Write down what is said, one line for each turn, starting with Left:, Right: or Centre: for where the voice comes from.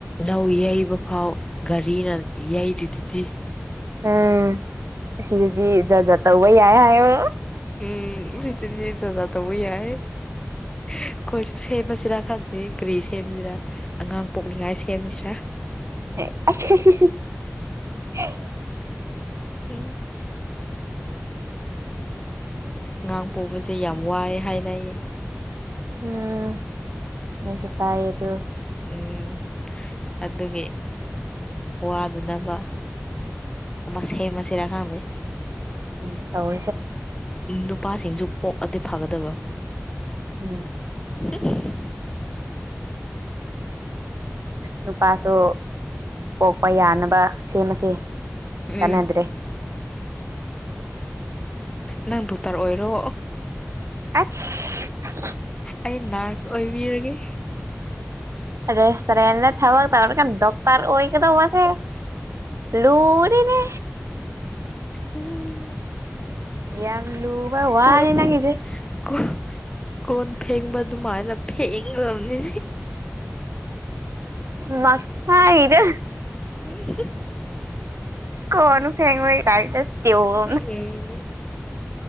Left: ꯂꯧ ꯌꯩꯕ ꯐꯥꯎ ꯒꯥꯔꯤꯅ ꯌꯩꯔꯤꯗꯨꯗꯤ
Right: ꯎꯝ ꯑꯁꯤꯗꯤ ꯖꯥꯠ ꯖꯥꯠ ꯍꯥꯏꯌꯣ
Left: ꯎꯝ ꯁꯤꯗꯗꯤ ꯖꯥꯠ ꯖꯥꯠ ꯇꯧꯕꯥ ꯌꯥꯏ ꯑꯩꯈꯣꯏꯁꯨ ꯁꯦꯝꯃꯁꯤꯔꯥ ꯈꯪꯗꯦ ꯀꯔꯤ ꯁꯦꯝꯁꯤꯔꯥ ꯑꯉꯥꯡ ꯄꯣꯛꯅꯤꯡꯉꯥꯏ ꯁꯦꯝꯁꯤꯔꯥ
Right: <unintelligible>
Left: ꯎꯝ ꯉꯥꯡ ꯄꯣꯕꯁꯦ ꯌꯥꯝ ꯋꯥꯏ ꯍꯥꯏꯅꯩꯌꯦ
Right: ꯎꯝ ꯃꯤꯁꯨꯇꯥꯏ ꯑꯗꯨ
Left: ꯎꯝ ꯑꯗꯨꯒꯤ ꯋꯥꯗꯅꯕ ꯑꯃꯥ ꯁꯦꯃꯁꯤꯔꯥ ꯈꯪꯗ
Right: ꯎꯝ ꯇꯧ
Left: ꯅꯨꯄꯥꯁꯤꯡꯁꯨ ꯄꯣꯛꯑꯗꯤ ꯐꯒꯗꯕ
Right: ꯎꯝ
Left: <unintelligible>
Right: ꯅꯨꯄꯥꯁꯨ ꯀꯣꯛꯄ ꯌꯥꯅꯕ ꯁꯦꯝꯃꯁꯦ
Left: ꯎꯝ
Right: ꯀꯥꯟꯅꯗ꯭ꯔꯦ
Left: ꯅꯪ ꯗꯣꯛꯇꯔ ꯑꯣꯏꯔꯣ
Right: ꯑꯁ
Left: ꯑꯩ ꯅꯔꯁ ꯑꯣꯏꯕꯤꯔꯒꯦ
Right: ꯔꯦꯁꯇꯨꯔꯦꯟ ꯊꯕꯛ ꯇꯧꯔꯒ ꯗꯣꯛꯇꯔ ꯑꯣꯏꯒꯗꯧꯕꯁꯦ ꯂꯨꯔꯤꯅꯦ
Left: ꯎꯝ
Right: ꯌꯥꯝ ꯂꯨꯕ ꯋꯥꯅꯤ
Left: ꯀꯣꯟ
Right: ꯅꯪꯒꯤꯖꯦ
Left: ꯀꯣꯟ ꯀꯣꯟ ꯐꯦꯡꯕ ꯑꯗꯨꯃꯥꯏꯅ ꯐꯦꯡꯒꯗꯕꯅꯤ
Right: ꯃꯁꯥꯏꯅꯦ
Left: ꯍ <inaudible>
Right: ꯀꯅ ꯐꯦꯡꯉꯑꯣ ꯀꯗꯁ ꯇꯣ <unintelligible>
Left: ꯎꯝ